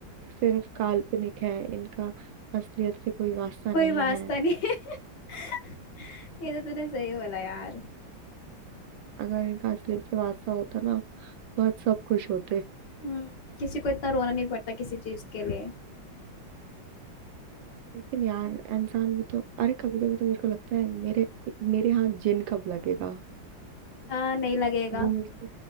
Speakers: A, on the right; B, on the left.
A: सिर्फ काल्पनिक है इनका असलियत से कोई वास्ता
B: कोई
A: नहीं
B: वास्ता
A: है
B: नहीं है <laughs> ये तो तूने सही बोला यार
A: अगर इनका असलियत से वास्ता होता ना तो आज सब खुश होते
B: हम्म किसी को इतना रोना नहीं पड़ता किसी चीज के लिए
A: लेकिन यार इंसान भी तो अरे कभी कभी तो मेरे को लगता है मेरे मेरे हाथ जिन कब लगेगा
B: हाँ नहीं लगेगा
A: वो मुझसे